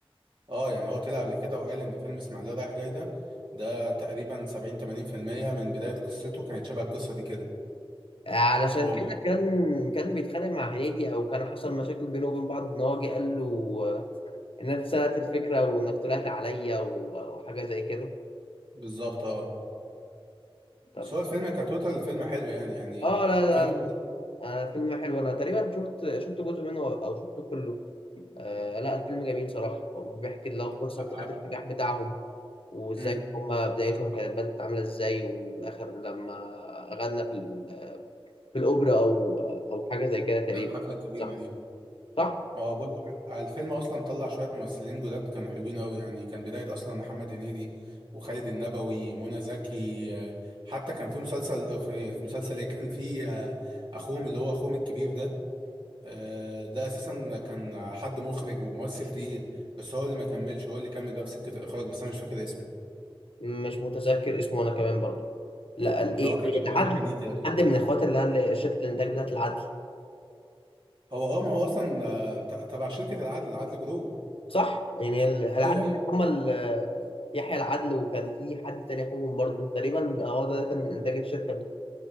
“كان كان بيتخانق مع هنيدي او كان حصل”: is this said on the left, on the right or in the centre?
Left